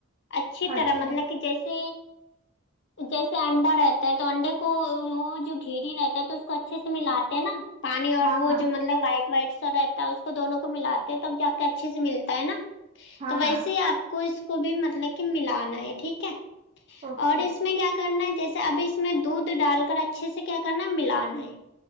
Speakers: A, on the left; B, on the right.
A: اچھی طرح
B: اچھا
A: مطلب کی جیسے جیسے انڈا رہتا ہے تو انڈے کو وہ جو گھیری رہتا ہے تو اس کو اچھے سے ملاتے ہیں نا پانی اور
B: ہاں
A: وہ
B: ہاں
A: جو مطلب وائٹ وائٹ سا رہتا ہے اس کو دونوں کو ملاتے ہیں تب جا کے اچھے سے ملتا ہے نا
B: ہاں
A: تو ویسے
B: ہاں
A: ہی آپ کو اس کو بھی مطلب کہ ملانا ہے ٹھیک ہے
B: اوکے
A: اور اس میں کیا کرنا ہے جیسے ابھی اس میں دودھ ڈال کر اچھے سے کیا کرنا ہے ملانا ہے